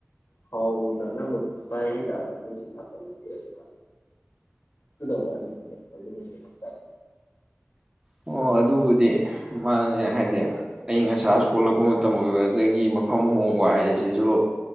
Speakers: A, on the left; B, on the right.
A: ꯊꯥꯎꯅ ꯑꯅꯝꯕ ꯆꯥꯏ ꯍꯥꯏꯇꯥꯔꯦ ꯃꯣꯏ ꯁꯨꯝ ꯅꯥꯀꯟꯗꯗꯤ <unintelligible> <unintelligible>
B: ꯑꯣ ꯑꯗꯨꯕꯨꯗꯤ ꯃꯥꯅꯦ ꯍꯥꯏꯗꯤ ꯑꯏꯪ ꯑꯁꯥꯁꯨ ꯑꯜꯂꯛꯄ ꯃꯇꯝ ꯑꯣꯏꯕ ꯑꯗꯒꯤ ꯃꯐꯝ ꯍꯣꯡꯕ ꯍꯥꯏꯁꯤꯁꯨ